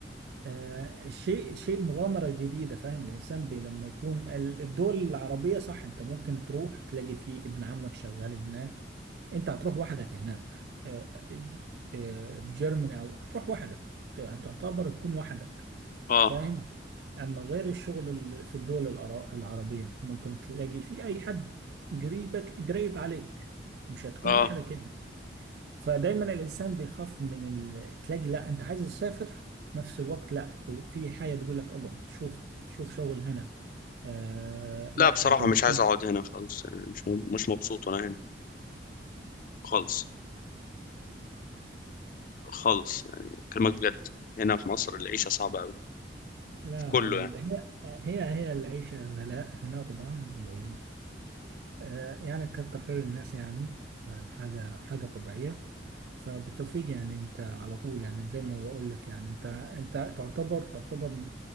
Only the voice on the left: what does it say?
اه
اه
لا بصراحة
مش عايز أقعد هنا خالص يعني مش م- مش مبسوط وأنا هنا خالص خالص يعني كلمة بجد هنا في مصر العيشة صعبة أوي
في كله يعني